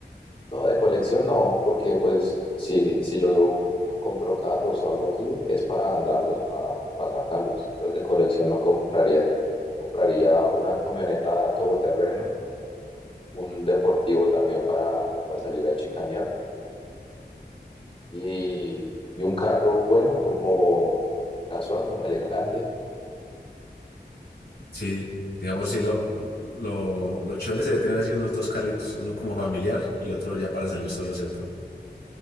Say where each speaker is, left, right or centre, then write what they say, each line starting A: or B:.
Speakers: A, on the left; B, on the left.
A: No, de colección no, porque pues si, si yo compro carros o algo así, es para andarlos, para sacarlos. Entonces de colección no compraría. Compraría una camioneta todoterreno un deportivo también para, para salir a chicanear y, y un carro bueno, como casual, como elegante.
B: Sí, digamos, sí, lo, lo, lo chévere sería tener así unos dos carritos, uno como familiar y otro ya para salir solo, ¿cierto?